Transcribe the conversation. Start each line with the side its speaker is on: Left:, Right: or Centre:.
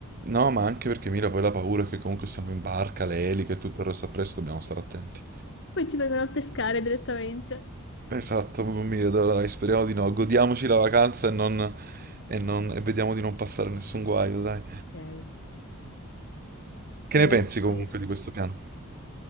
Right: No, ma anche perché Mira poi la paura è che comunque siamo in barca, le eliche e tutto il resto appresso, dobbiamo stare attenti.
Left: Poi ci vengono a pescare direttamente.
Right: Esatto, proprio mi vedo, dai, speriamo di no. Godiamoci la vacanza e non... e non- e vediamo di non passare nessun guaio, dai.
Left: Ok.
Right: Che
Left: Poi...
Right: ne pensi comunque di questo piano?